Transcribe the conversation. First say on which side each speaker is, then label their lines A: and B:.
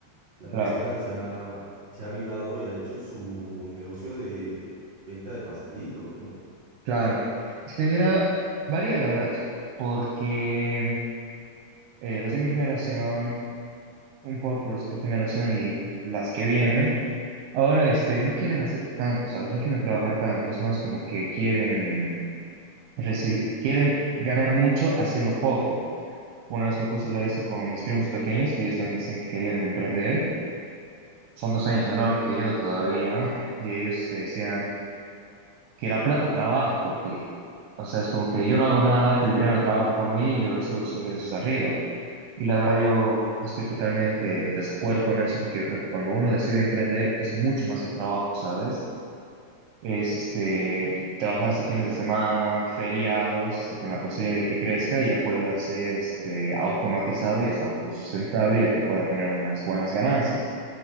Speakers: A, on the right; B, on the right.
A: La
B: Claro,
A: Marcela se ha, se ha avivado y ha hecho su negocio de venta de pastelitos, ¿no?
B: claro. Es que mira, varía la verdad, porque eh, los de mi generación, un poco los de tu generación y las que vienen, ahora este, no quieren hacer tanto, ¿sabes? No quieren trabajar tanto, es más como que quieren, reci- quieren ganar mucho haciendo poco. Una vez me puse a hablar esto con mis primos pequeños, que ellos también dicen que querían emprender. Son dos años menor que yo todavía, y ellos te decían que la plata trabaje por ti. O sea, es como que yo no hago nada, que el dinero trabaje por mí y yo recibo los ingresos arriba. Y la verdad yo estoy totalmente en desacuerdo con eso, porque yo creo que cuando uno decide emprender es mucho más el trabajo, ¿sabes? Es este, trabajar hasta fines de semana, feriados, este, con la posibilidad de que crezca y ya pueda ser este, automatizado y hasta autosustentable y ya te pueda generar unas buenas ganancias.